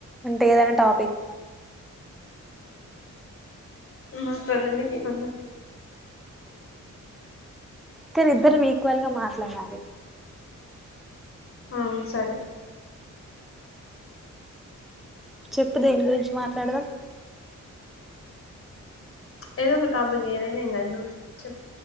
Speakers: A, in the centre; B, on the left.
A: అంటే ఏదైనా టాపిక్
B: మాట్లాండి ఏమన్న
A: కానీ ఇద్దరం ఈక్వల్ గా మాట్లాడాలి.
B: ఆ సరే
A: చెప్పు దేని గురించి మాట్లాడదాం?
B: ఏదో ఒక టాపిక్ ఏదైనా ఏం కథ్ నువ్ చెప్